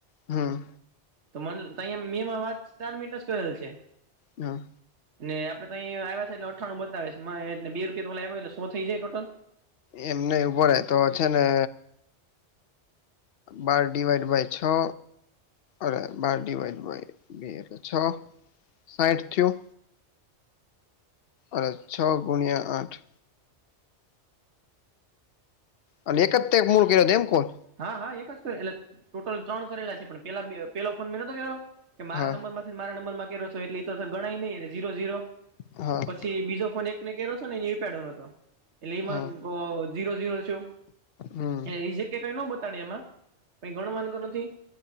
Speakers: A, on the left; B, on the right.
A: હા,
B: મન તયા મેં એમાં વાત ચાર મીનીટ જ કરેલ છે.
A: હા,
B: ને આપડે અહીંયા આવ્યા છે એટલે અઠ્ઠાણું બતાવેશ મ એટલે બે રૂપિયા તો ઓલા આવ્યો એટલે સો થઈ જાય ટોટલ.
A: એમ નહી ઉભો રે તો છે ને, બાર ડીવાઈડ બાય છ, અરે બાર ડિવાઈડય બાય બે એટલે છ. સાઈઠ થયું અને છ ગુણ્યા આઠ, અને એક જ તે ફોન કર્યો હતો. એમ કોણ!
B: હા હા એક જ કર એટલે ટોટલ ત્રણ કરેલા છે પણ પે પેલો ફોન મેં નતો કર્યો કે મારા
A: હા
B: નંબરમાં, મારા નંબર માં કર્યો છો એટલે ઈતો તો ગણાય નહીં, એટલે જીરો ઝીરો,
A: હા,
B: જે બીજો ફોન એકને ને કર્યો છે નેે એણે ઉપાડ્યો ન હતો એટલે એમાં
A: હા
B: જીરો જીરો, એટલે
A: હમ
B: એ જગ્યા કંઈ નો બતાડે એમાં પણ કઇ ગણવાનું તો નથી.